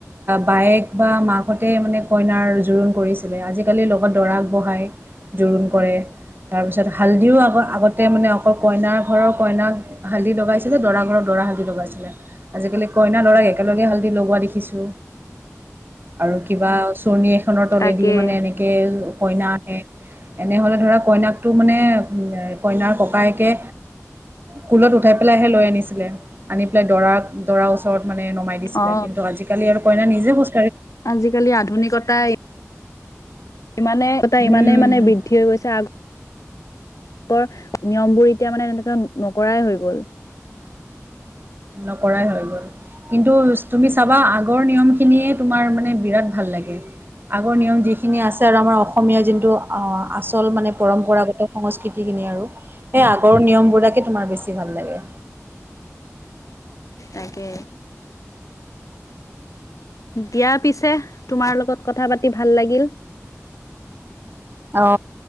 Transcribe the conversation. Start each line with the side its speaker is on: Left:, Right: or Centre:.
Right: বায়েক বা মাকহতে মানে কইনাৰ জোৰোণ কৰিছিলে। আজিকালি লগত দৰাক বহাই। জোৰোণ কৰে, তাৰপিছত হালধিও আগ-আগত তাতে মানে অকল কইনাৰ ঘৰৰ কইনাক হালধি লগাইছিলে। দৰা ঘৰৰ দৰা হালধি লগাইছিলে। আজিকালি কইনা, দৰাক একেলগে হালধি লগোৱা দেখিছো, আৰু কিবা চৰ্ণনি এখনৰ তলেদি
Left: তাকে
Right: মানে, এনেকে কে, কইনা আহে। এনেহ'লে ধৰা কইনাকটো মানে কইনাৰ, ককায়েকে কুলত উঠাই পেলাইহে লৈ আনিছিলে। আনি পেলাই দৰা, দৰা ওচৰত ওচৰত মানে নমাই দিছিলে।
Left: অ
Right: কিন্তু আজিকালি আৰু কইনা নিজে খোজ
Left: আজিকালি, আধুনিকতা ইমানে, কটা
Right: উম,
Left: ইমানে মানে বি উঠি হৈ গৈছে। আগৰ, নিয়মবোৰ মানে এনেকে নকৰায় হৈ গ'ল।
Right: নকৰায় হৈ গ'ল। কিন্তু তুমি চাবা, আগৰ নিয়মখিনিয়ে তোমাৰ মানে বিৰাট ভাল লাগে। আগৰ নিয়ম যিখিনি আছে আৰু আমাৰ অসমীয়া যোনটো অ, আচল মানে, পৰম্পৰাগত সংস্কৃতিখিনি আৰু। সেই আগৰ, নিয়মবোৰাকে তোমাৰ বেছি ভাল লাগে।
Left: তাকে দিয়া পিছে, তোমাৰ লগত কথা পাতি ভাল লাগিল।
Right: অ,